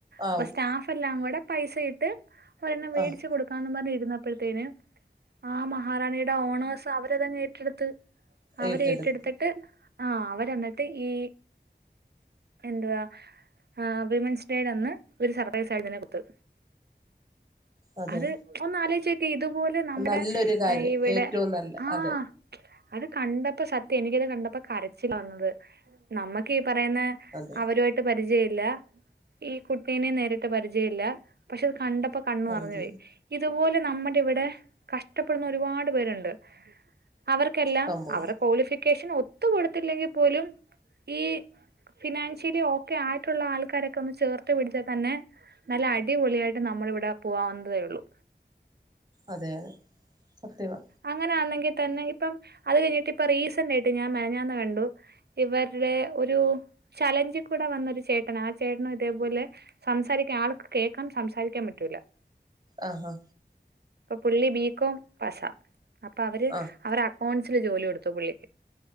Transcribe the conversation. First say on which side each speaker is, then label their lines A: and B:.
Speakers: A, on the right; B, on the right.
A: ആവും
B: അപ്പൊ സ്റ്റാഫ് എല്ലാം കൂടെ പൈസ ഇട്ട് ഒരെണ്ണം മേടിച്ച്
A: ആഹ്
B: കൊടു ക്കാന്ന് പറഞ്ഞ് ഇരുന്നപ്പഴത്തേന് ആ മഹാറാണിയുടെ ഓണേർസ് അവരതങ്ങ് ഏറ്റെടുത്ത് അവര്
A: ഏറ്റെടുത്ത്
B: ഏറ്റെടുത്തിട്ട് ആഹ് അവര് എന്നിട്ട് ഈ എന്തുവാ ആഹ് വിമൻസ് ഡേടെ അന്ന് ഒരു സർപ്രൈസ് ആയിട്ട് തന്നെ കൊടുത്ത്
A: അതെ
B: അത് ഒന്നാലോചിച്ചേ ഇതുപോലെ നമ്മുടെ
A: നല്ലൊരു കാര്യം
B: ഇവിടെ
A: ഏറ്റവും നല്ല
B: ആഹ്
A: അതെ
B: അത് കണ്ടപ്പം സത്യം എനിക്കത് കണ്ടപ്പം കരച്ചിലാ വന്നത് നമ്മക്ക് ഈ പറയുന്ന
A: അതെ
B: അവരുമായിട്ട് പരിചയമില്ല ഈ കുട്ടീനെയും നേരിട്ട് പരിചയമില്ല പക്ഷെ അത് കണ്ടപ്പോ കണ്ണ്
A: പരിചയം
B: നിറഞ്ഞു പോയി ഇതുപോലെ നമ്മുടെ ഇവിടെ കഷ്ടപ്പെടുന്ന ഒരുപാട് പേരുണ്ട് അവർക്കെല്ലാം
A: സംഭവം
B: അവരെ ക്വാളിഫിക്കേഷൻ ഒത്തു കൊടുത്തില്ലെങ്കിൽ പോലും ഈ ഫിനാൻഷ്യലി ഓക്കെ ആയിട്ടുള്ള ആൾക്കാരൊക്കെ ഒന്ന് ചേർത്ത് പിടിച്ചാൽ തന്നെ നല്ല അടിപൊളിയായിട്ട് നമ്മളിവിടെ പോകാവുന്നതേ ഉള്ളൂ
A: അതെ അതെ സത്യമാ
B: അങ്ങനെയാണെങ്കിൽ തന്നെ ഇപ്പം അത് കഴിഞ്ഞിട്ട് ഇപ്പൊ റീസന്റ് ആയിട്ട് ഞാൻ മെനഞ്ഞാന്ന് കണ്ടു ഇവരുടെ ഒരു ചലഞ്ചിൽ കൂടെ വന്നൊരു ചേട്ടനാ ആ ചേട്ടനും ഇതേപോലെ സംസാരിക്കാൻ ആൾക്ക് കേൾക്കാം സംസാരിക്കാൻ പറ്റൂല
A: ആഹാ
B: അപ്പം പുള്ളി ബികോം പാസാ അപ്പൊ അവര്
A: ആഹ്
B: അവർ അക്കൗണ്ട്സില് ജോലി കൊടുത്തു പുള്ളിക്ക്